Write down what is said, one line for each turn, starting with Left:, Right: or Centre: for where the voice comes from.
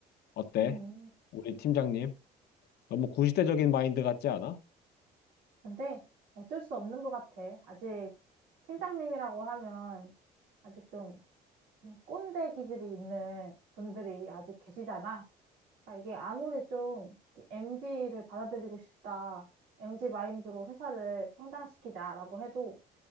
Left: 어때?
Right: 음,
Left: 우리 팀장님? 너무 구시대적인 마인드 같지 않아?
Right: 근데 어쩔 수 없는 것 같아. 아직 팀장님이라고 하면 아직 좀 꼰대 기질이 있는 분들이 아직 계시잖아. 그러니까 이게 아무리 좀 MG를 받아들이고 싶다. MG 마인드로 회사를 성장시키자라고 해도